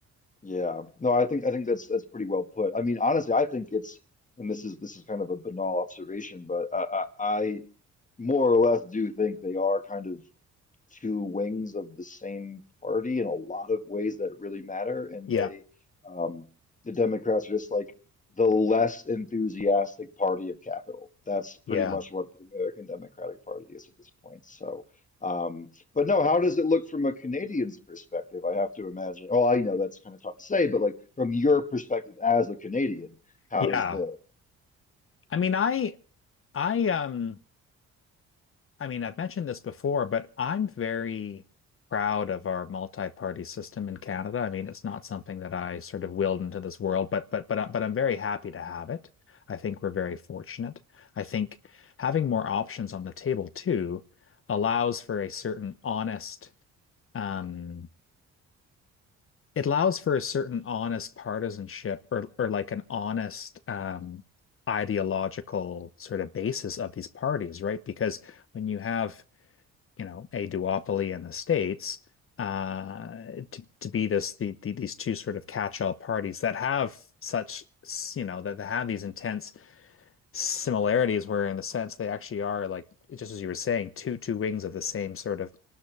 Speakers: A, on the left (about 25°); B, on the left (about 45°).
A: Yeah. No, I think I think that's that's pretty well put. I mean, honestly, I think it's and this is this is kind of a banal observation, but I I, I more or less do think they are kind of two wings of the same party in a lot of ways that really matter. And
B: Yeah,
A: they, um, the Democrats are just like the less enthusiastic party of capital. That's pretty
B: yeah,
A: much what the American Democratic Party is at this point. So, um, but no, how does it look from a Canadian's perspective? I have to imagine. Oh, I know that's kind of tough to say, but like from your perspective as a Canadian, how
B: yeah.
A: does the,
B: I mean, I I um I mean, I've mentioned this before, but I'm very proud of our multi-party system in Canada. I mean, it's not something that I sort of willed into this world, but but but uh, but I'm very happy to have it. I think we're very fortunate. I think having more options on the table too allows for a certain honest um it allows for a certain honest partisanship or or like an honest um ideological sort of basis of these parties, right? Because when you have you know, a duopoly in the States, uh, to, to be this the, the these two sort of catch-all parties that have such you know that, that have these intense similarities where in the sense they actually are like just as you were saying two two wings of the same sort of